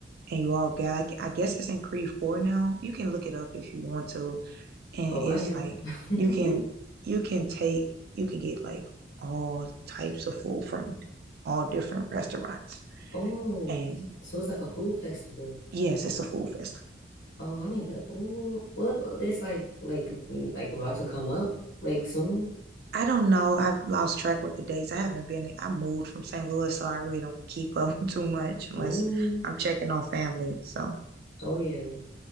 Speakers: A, on the right; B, on the left.
A: and you all got I, I guess it's in Creve Coeur now. You can look it up if you want to. And
B: Oh,
A: it's
B: I am.
A: like
B: <laughs>
A: you can you can take you can get like all types of food from all different restaurants.
B: Oh,
A: And
B: so it's like a food festival.
A: yes, it's a food festival.
B: Oh, I need to. Oh, what? It's like like mm, like about to come up like soon.
A: I don't know. I've lost track with the dates. I haven't been, I moved from St. Louis, so I really don't keep up <laughs> too much unless
B: Mm.
A: I'm checking on family. So,
B: Oh yeah,